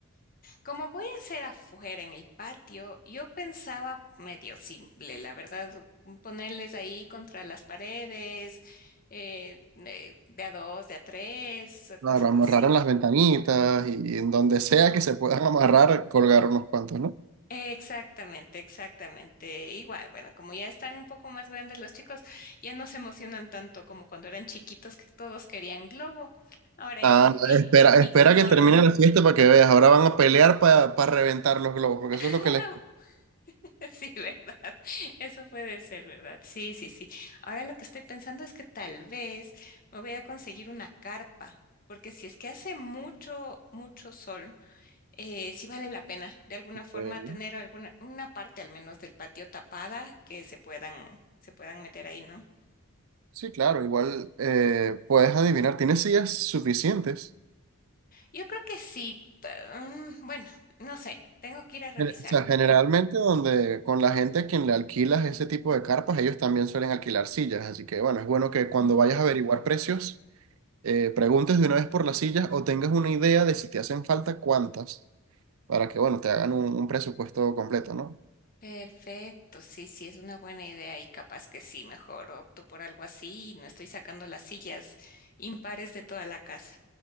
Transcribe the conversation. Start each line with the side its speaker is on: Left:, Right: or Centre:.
Left: Como voy a hacer afuera en el patio, yo pensaba medio simple, la verdad, mm, ponerles ahí contra las paredes, eh, eh, de a dos, de a tres,
Right: Claro,
Left: cosas
Right: amarrar
Left: así.
Right: en las ventanitas y en donde sea que se puedan amarrar, colgar unos cuantos, ¿no?
Left: Exactamente, exactamente. Igual, bueno, como ya están un poco más grandes los chicos, ya no se emocionan tanto como cuando eran chiquitos que todos querían globo. Ahora ya
Right: Ah,
Left: como
Right: no,
Left: que
Right: espera,
Left: ignoran.
Right: espera que termine la fiesta para que veas. Ahora van a pelear para reventar los globos, porque
Left: <laughs>
Right: eso es lo que les...
Left: Sí, ¿verdad? Eso puede ser, ¿verdad? Sí, sí, sí. Ahora lo que estoy pensando es que tal vez me voy a conseguir una carpa, porque si es que hace mucho, mucho sol. eh, sí vale la pena de alguna
Right: Ok.
Left: forma tener alguna, una parte al menos del patio tapada que se puedan, se puedan meter ahí, ¿no?
Right: Sí, claro, igual eh, puedes adivinar, tienes sillas suficientes.
Left: Yo creo que sí, pe- mm, bueno, no sé, tengo que ir a revisar
Right: Gen- O sea,
Left: porque...
Right: generalmente donde con la gente a quien le alquilas ese tipo de carpas, ellos también suelen alquilar sillas, así que bueno, es bueno que cuando
Left: Ujú.
Right: vayas a averiguar precios, eh, preguntes de una vez por las sillas o tengas una idea de si te hacen falta cuántas. para que, bueno, te hagan un, un presupuesto completo, ¿no?
Left: Perfecto, sí, sí, es una buena idea y capaz que sí, mejor opto por algo así y no estoy sacando las sillas impares de toda la casa.